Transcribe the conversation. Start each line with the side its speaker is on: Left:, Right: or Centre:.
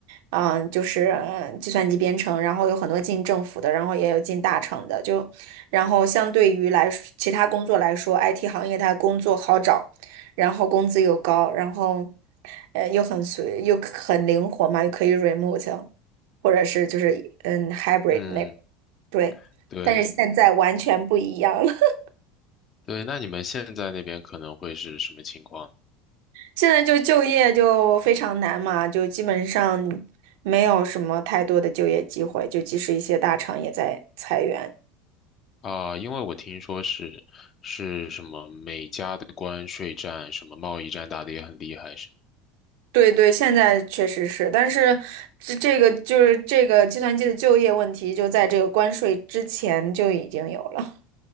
Right: 嗯，就是嗯计算机编程，然后有很多进政府的，然后也有进大厂的，就然后相对于来说其他工作来说，IT 行业它工作好找，然后工资又高，然后呃又很随又很灵活嘛，又可以 remote，或者是就是嗯 hybrid
Left: 嗯，
Right: 那个。对，
Left: 对
Right: 但是现在完全不一样了。<laughs>
Left: 对，那你们现在那边可能会是什么情况
Right: 现在就就业就非常难嘛，就基本上没有什么太多的就业机会，就即使一些大厂也在裁员。
Left: 啊？因为我听说是是什么美加的关税战、什么贸易战打得也很厉害，是
Right: 对对，现在确实是，但是这这个就是这个计算机的就业问题，就在这个关税之前就已经有了，